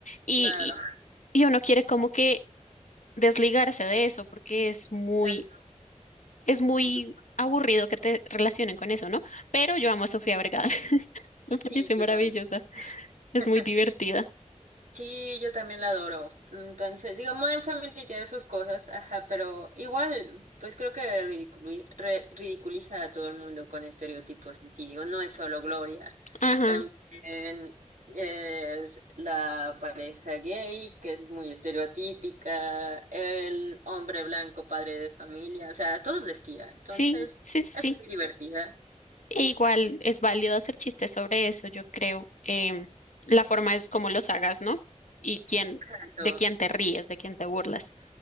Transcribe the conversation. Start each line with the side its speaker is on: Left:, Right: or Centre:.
Left: Y,
Right: claro.
Left: y, y uno quiere como que desligarse de eso porque es muy,
Right: Exacto.
Left: es muy
Right: Du-
Left: aburrido que te relacionen con eso, ¿no? Pero yo amo a Sofía Vergara, <laughs> me parece
Right: Sí,
Left: maravillosa,
Right: yo también.
Left: es
Right: <laughs>
Left: muy divertida.
Right: Sí, yo también la adoro. Entonces, digo, Modern Family tiene sus cosas, ajá, pero igual, pues creo que ridiculi- re- ridiculiza a todo el mundo con estereotipos así. Digo, no es solo Gloria,
Left: Ajá,
Right: también es la pareja gay, que es muy estereotípica, el hombre blanco, padre de familia, o sea, a todos les tira. Entonces,
Left: sí, sí, sí.
Right: es muy
Left: sí.
Right: divertida.
Left: E igual es válido hacer chistes sobre eso, yo creo. Em, la forma es como los hagas, ¿no? Y quién,
Right: Exacto.
Left: de quién te ríes, de quién te burlas.